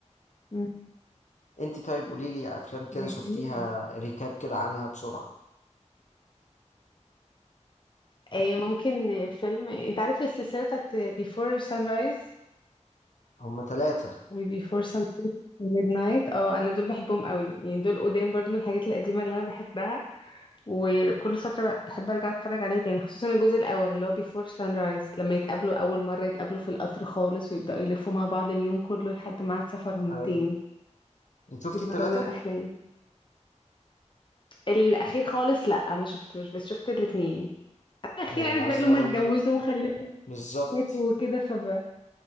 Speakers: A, on the left (about 40°); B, on the left (about 75°).
A: امم
B: انت طيب قولي لي أفلام كده
A: ده
B: شفتيها
A: جميل ده.
B: ريكاب كده عنها بسرعة
A: إيه ممكن فيلم انت عارف السلسله بتاعت Before Sunrise
B: هما ثلاثة
A: و Before Sunset و Midnight اه انا دول بحبهم قوي يعني دول قدام برضو من الحاجات القديمه اللي انا بحبها وكل فترة بحب أرجع أتفرج عليه تاني خصوصا الجزء الأول اللي هو بيفور سان رايز لما يتقابلوا أول مرة يتقابلوا في القطر خالص ويبدأوا يلفوا مع بعض اليوم كله لحد ميعاد سفرهم التاني
B: أيوه انت شفتي
A: دي
B: الثلاثة؟
A: من ضمن الأفلام الأخير خالص لأ ما شفتوش بس شفت الاتنين الأخير
B: يعني
A: عارف
B: عايز
A: بقى اللي
B: أقول
A: هما اتجوزوا
B: لك
A: وخلفوا
B: بالظبط
A: وماتوا وكده فب